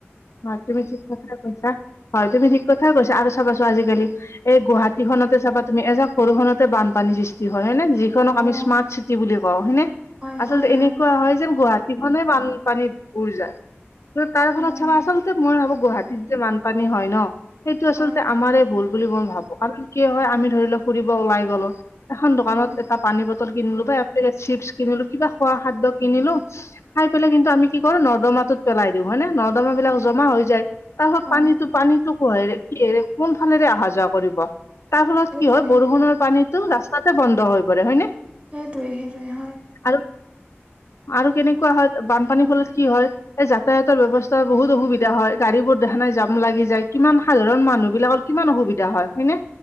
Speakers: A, on the left; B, on the right.
A: হয় তুমি ঠিক কথাই কৈছা, হয় তুমি ঠিক কথাই কৈছা আৰু চাবাচোন আজিকালি এই গুৱাহাটীখনতে চাবা তুমি এজাক বৰষুণতে বানপানী সৃষ্টি হয় হয়নে, যি খনক
B: অ
A: আমি স্মাৰ্ট চিটি বুলি কওঁ হয়নে,
B: হয়
A: আচলতে
B: হয়
A: এনেকুৱা হয় যেন গুৱাহাট সিখনে বানপানীত ভুৰ যায়, তাৰফলত
B: উম
A: চাবা আচলতে মই ভাবোঁ গুৱাহাটীত যে বানপানী হয় ন' সেইটো আচলতে
B: হয়
A: আমাৰে ভুল। বুলি মই ভাবোঁ কাৰণ কিয় হয় আমি ধৰি ল' ফুৰিব ওলাই গলো, এখন দোকানত
B: উম
A: এটা পানী বটল কিনিলো বা এ, পেকেট চিপছ কিনিলো কিবা খোৱা খাদ্য কিনিলো খাই পেলাই কিন্তু আমি কি কৰোঁ নৰ্দমাটোত পেলাই দিওঁ হয় নে? নৰ্দ নৰ্দমাবিলাক
B: হয়
A: জমা হৈ যায়, তাৰফলত
B: হয়
A: পানীটো পানীটো কুহেৰে, কিহে কোন ফালেৰে আহা যোৱা কৰিব, তাৰফলত
B: সেইটোৱে
A: কি হয় বৰষুণত পানীটো ৰাস্তাতে বন্ধ হৈ পৰে হয়নে?
B: সেইটোৱে সেইটোৱে হয়।
A: আৰু আৰু কেনেকুৱা হয় বানপানীৰ ফলত কি হয়, এই যাতায়াতৰ ব্যৱস্থ তৰ বহুত অসুবিধা হয়, গাড়ীবোৰ দেখা নাই জাম লাগি যায়, কিমান সাধাৰণ মানুহবিলাকৰ কিমান অসুবিধা হয়, হয়নে?